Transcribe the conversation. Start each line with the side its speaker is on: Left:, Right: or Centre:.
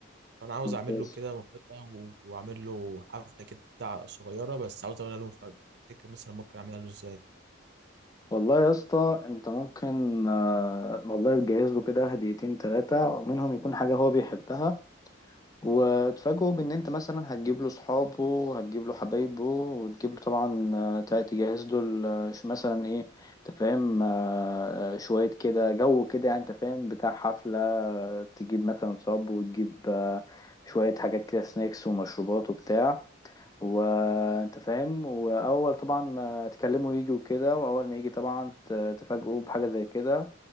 Right: فانا عاوز
Left: ممتاز
Right: اعمل له كده مفاجأة و- واعمل له حفلة كده صغيرة بس عاوز اعملها له مفاجأة تفتكر مثلا ممكن اعملها له ازاي
Left: والله يا اسطى انت ممكن آه، والله تجهز له كده هديتين ثلاثه منهم يكون حاجه هو بيحبها وتفاجئه بان انت مثلا هتجيب له صحابه وهتجيب له حبايبه وتجيب له طبعا آه، ت- تجهز له ال- ش- مثلا ايه انت فاهم آه، آه، شويه كده جو كده يعني انت فاهم بتاع حفله آه، تجيب مثلا صاب وتجيب آه، شويه حاجات كده سناكس ومشروبات وبتاع وانت فاهم واول طبعا ما تكلموا يجي وكده واول ما يجي طبعا ت- تفاجئوه بحاجه زي كده